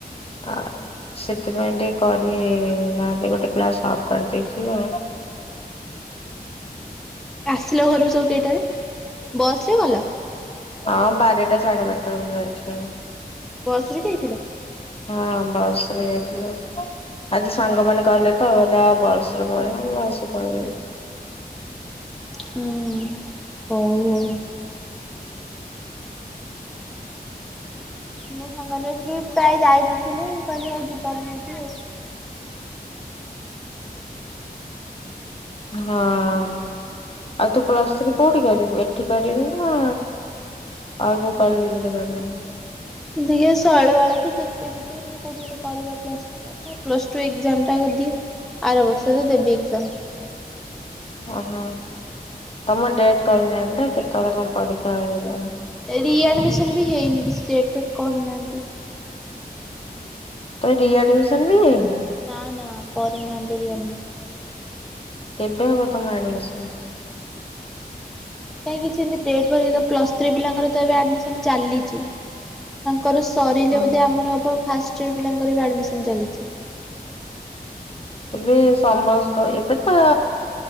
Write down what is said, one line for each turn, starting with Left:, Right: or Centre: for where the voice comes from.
Left: ଆଉ ସେଥିପାଇଁ ଟିକେ କରି ନାହାଁନ୍ତି ଗୋଟେ କ୍ଲାସ ଅଫ୍ କରିଦେଇଥିଲ।
Centre: ହୁଁ। ଆସିଲ ଘରକୁ ସବୁ କେଇଟାରେ? ବସ ରେ ଗଲ?
Left: ହଁ ବାରଟା ସାଢେ ବାରଟା ବେଳକୁ ଆସିଥିଲୁ।
Centre: ବସରେ ଯାଇଥିଲ?
Left: ହଁ ବସ ରେ ଯାଇଥିଲୁ। ଆଜି ସାଙ୍ଗମାନେ କହିଲେ ତ କହିଲେ ଆଉ ବସରେ ପଳେଇଵା। ମୁଁ ଵସରେ ପଳେଇ ଆସିଲି।
Centre: ହଁ ହୋଉ ହୋଉ। ମୁଁ ସାଙ୍ଗମାନେ ବି ଆଜି ପ୍ରାୟ କେହି ଯାଇନଥିଲେ ମୁଁ କହିଲି ହଉ ଯିବାନି ଆଉ।
Left: ହଁ ଆଉ ତୁ ପ୍ଲସ୍ ଥ୍ରୀ କୋଉଠି କରିବୁ ଏଠି କରିବୁ ନା ଆଉ ଯୋଉ କଲେଜରେ କରିବୁ?
Centre: ଦି ହେ ଶୈଳବାଳା କି ଜେକେବିକେ ନ ହେଲେ କୋଉଠି ଗୋଟେ କରିବା plus three. Plus two exam ଟା ଯଦି ଆର ବର୍ଷରେ ଦେବି ଏକଜାମ।
Left: ଅ ହଁ ତମ ଡେଟ କହି ନାହାଁନ୍ତି ତ କେତୋଳେ କଣ ପରୀକ୍ଷା ହବ?
Centre: ଏଇ ରିଆଡ଼ମିସନ୍ ବି ହେଇନି କିଛି ଡେଟ୍ ଫେଟ୍ କହିନାହାଁନ୍ତି।
Left: ତୋ ରିଆଡମିସନ ବି ହେଇନି।
Centre: ନା ନା କରିନାହାନ୍ତି ରିଆଡମିସନ।
Left: କେବେ ହବ ତମ ଆଡମିସନ?
Centre: କାହିଁକିଛି ଏମିତି ଡେଟ ଫେଟ ତ କହିନାହାଁନ୍ତି ତ। ପ୍ଲସ ଥ୍ରୀ ପିଲାଙ୍କର ତ ଏବେ ଆଡମିସନ ଚାଲିଚି। ତାଙ୍କର ସରିଲେ
Left: ଓହୋ
Centre: ବୋଧେ ଆମର ହବ ଫାଷ୍ଟ ଇଅର ପିଲାଙ୍କର ଆଡମିଶନ୍ ଚାଲିଛି।
Left: ଏବେ ସମସ୍ତ ଏବେ ତ